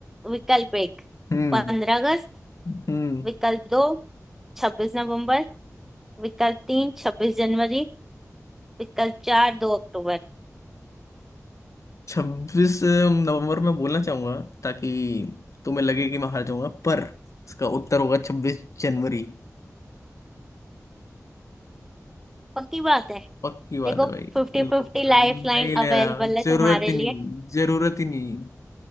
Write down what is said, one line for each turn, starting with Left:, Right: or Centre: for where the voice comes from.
Centre: विकल्प एक
Left: हम्म
Centre: पंद्रह अगस्त
Left: हम्म
Centre: विकल्प दो छब्बीस नवंबर विकल्प तीन छब्बीस जनवरी विकल्प चार दो अक्टूबर
Left: छब्बीस नवंबर में बोलना चाहूंगा ताकि तुम्हें लगे कि मैं हार जाऊंगा पर इसका उत्तर होगा छब्बीस जनवरी
Centre: पक्की बात है
Left: पक्की बात
Centre: देखो
Left: है भाई
Centre: fifty
Left: लोग
Centre: fifty लाइफ
Left: नहीं
Centre: लाइन
Left: ले
Centre: available
Left: रहा हूं।
Centre: है
Left: जरूरत
Centre: तुम्हारे
Left: ही
Centre: लिए
Left: नहीं जरूरत ही नहीं